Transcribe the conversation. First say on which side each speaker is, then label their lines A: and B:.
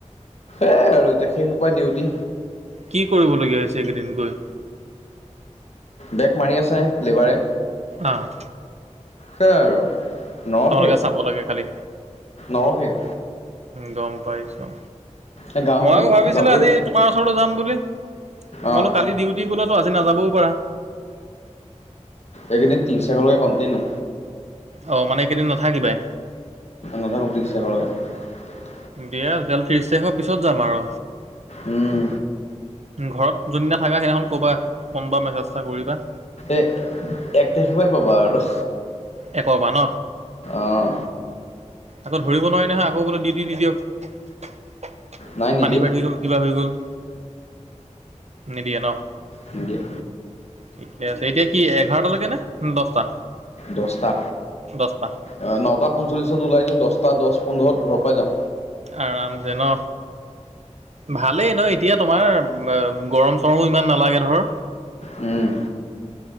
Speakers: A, on the left; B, on the right.
A: এয়াই আৰু এতিয়া সেইসোপাই ডিউটি।
B: কি কৰিবলগীয়া হৈছে, এইকেইদিন গৈ?
A: বেগ মাৰি আছে, লেবাৰে।
B: অ'।
A: সেইয়াই আৰু নৰখেই,
B: তোমালোকে চাব লাগে খালি
A: নৰখেই।
B: গম পাইছোঁ।
A: এই গাঁৱতো
B: মই আকৌ ভাবিছিলোঁ
A: যাবই
B: আজি তোমাৰ ওচৰলৈ যাম বুলি।
A: অঁ
B: মইনো কালি ডিউটি গ'লাটো, আজি নাযাবওঁ পাৰা।
A: এইকেইদিন <unintelligible> কণ্টিনিউ।
B: অ', মানে এইকেইদিন নাথাকিবাই।
A: নাথাকোঁ ত্ৰিচ তাৰিখৰ লকে।
B: দিয়া তেতিয়া হ'লে, ত্ৰিচ তাৰিখৰ পিছত যাম আৰু।
A: উম,
B: ঘৰত যোনদিনা থাকা, সেইদিনাখন ক'বা ফোন বা মেছেজ এটা কৰিবা।
A: এই এক তাৰিখৰ পৰাই পাবা আৰু।
B: এ কবা ন।
A: অঁ
B: আকৌ ধৰিব নোৱাৰি নহয়, আকৌ বোলে ডিউটি দি দিয়ক।
A: নাই নিদিয়ে
B: পানী বাঢ়ি গল, কিবা হৈ গল, নিদিয়ে ন।
A: উম দিয়া।
B: ঠিকে আছে, এতিয়া কি এঘাৰটা লৈকে নে দহটা?
A: দহটা।
B: দহটা
A: অ নটা পঞ্চল্লিশত ওলাই দিওঁ। দহটা দহ পোন্ধৰত ঘৰৰ পাই যাম।
B: আৰাম যে ন? ভালেই ন এতিয়া তোমাৰ? গৰম চৰমো ইমান নালাগে ধৰ।
A: উম।